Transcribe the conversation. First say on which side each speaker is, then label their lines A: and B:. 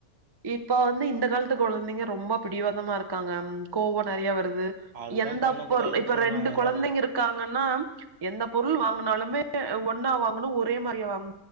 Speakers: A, on the right (about 40°); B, on the right (about 55°).
A: இப்ப வந்து இந்த காலத்து கொழந்தைங்க ரொம்போ பிடிவாதமா இருக்காங்க கோவோ நெறைய வருது
B: அதுதா
A: எந்தப்
B: பண்ணக்கூடாதுன்னு
A: பொருள் இப்ப
B: சொல்றாங்க
A: ரெண்டு
B: எல்லாரு
A: கொழந்தைங்ருக் காங்கனா எந்த பொருள் வாங்குனாலுமே ஒன்னா வாங்கனு ஒரே மாரியா வாங்